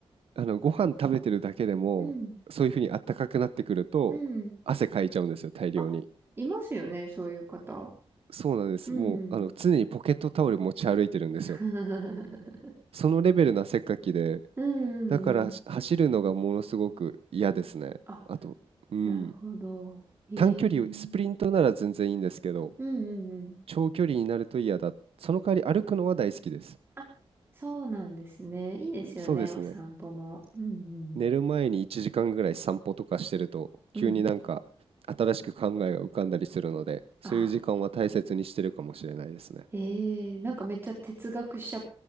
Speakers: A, on the right; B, on the right.
A: あのご飯食べてるだけでもそういうふうにあったかくなってくると汗かいちゃうんですよ、
B: うん。うん。
A: 大量に。
B: あ、いますよね、そういう方。
A: そうなんです。
B: うん。
A: もうあの常にポケットタオル持ち歩いてるんですよ。
B: <laughs>
A: そのレベルの汗っかきで、
B: うんうんうん。
A: だからし走るのがものすごく嫌ですね。
B: あ、
A: あと、うん、
B: なるほど。へえ。
A: 短距離スプリントなら全然いいんですけど、
B: うんうんうん。
A: 長距離になると嫌だ。その代わり歩くのは大好きです。
B: あ、そうなんですね。いいですよね、
A: そうですね。
B: お散歩も。うんうん。
A: 寝る前に1時間ぐらい散歩とかしてると急になんか
B: うん。
A: 新しく考えが浮かんだりするのでそういう時間は大切にしてるかもしれないですね。
B: あ、へえ、なんかめっちゃ哲学者っ